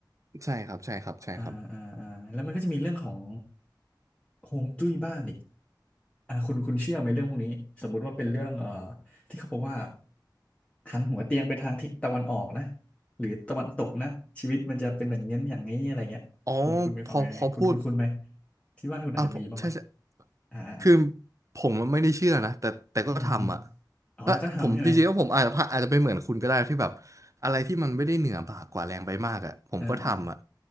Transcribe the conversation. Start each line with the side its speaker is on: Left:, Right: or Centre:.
Right: ใช่ครับใช่ครับใช่ครับ
Left: อ่าอ่าอ่าแล้วมันก็จะมีเรื่องของฮวงจุ้ยบ้านอีกอ่าคุณคุณเชื่อไหมเรื่องพวกนี้สมมุติว่าเป็นเรื่องเอ่อที่เขาบอกว่าหันหัวเตียงไปทางทิศตะวันออกนะหรือตะวันตกนะชีวิตมันจะเป็นอย่างนี้อย่างนี้อะไรเงี้ยคุณคุณมีความเห็นยังไงคุณคุณคุณไหม
Right: อ๋อพอพอพูด
Left: ที่บ้านคุณอาจจะมีบ้างไหม
Right: อ่ะผมใช่ใช่
Left: อ่าอ่า
Right: คือผมมันไม่ได้เชื่อนะแต่แต่ก็ทำอ่ะ
Left: อืมอืม อ๋อแต่ก็ทำใช่ไหม
Right: เออผมจริงๆแล้วผมอาจจะพลาดอาจจะเป็นเหมือนคุณก็ได้ที่แบบอะไรที่มันไม่ได้เหนือบ่ากว่าแรงไปมากอ่ะผมก็ทำอ่ะ
Left: อ่าอ่า